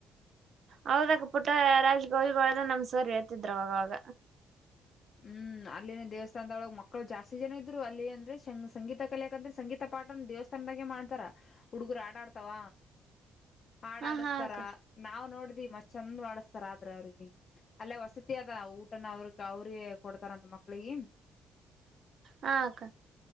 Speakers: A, on the right; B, on the left.
A: ಹೌದಕ್ಕ ಪುಟ್ಟ ರಾಜ್ ಗೌವಾಯಿಗಳದ ನಮ್ ಸರ್ ಹೇಳತಿದ್ರ ಅವಾಗವಾಗ
B: ಹ್ಮ್ ಅಲ್ಲಿನೇ ದೇವಸ್ಥಾನದೊಳಗ ಮಕ್ಕಳು ಜಾಸ್ತಿ ಜನ ಇದ್ರು ಅಲ್ಲಿ ಅಂದ್ರೆ ಶ್ ಸಂಗೀತ ಕಲೆಕಂದ್ರೆ ಸಂಗೀತ ಪಾಠನ ದೇವಸ್ಥಾನ್ದಾಗೆ ಮಾಡ್ತಾರ ಹುಡುಗರು ಆಡ ಆಡ್ತಾವ ಆಡ
A: ಹಾ
B: ಆಡಸ್ತಾರ
A: ಹಾ ಅಕ್ಕ
B: ನಾವು ನೋಡ ಮತ್ ಚಂದ್ ಮಾಡಿಸ್ತಾರ ಆದ್ರ ಅವ್ರಿಗೆ ಅಲ್ಲೇ ವಸತಿ ಅದ ಊಟನ ಅವ್ರ ಅವ್ರ ಗಿ ಕೊಡ್ತಾರ ಅಂತ ಮಕ್ಕಳಿಗೆ
A: ಹ ಅಕ್ಕ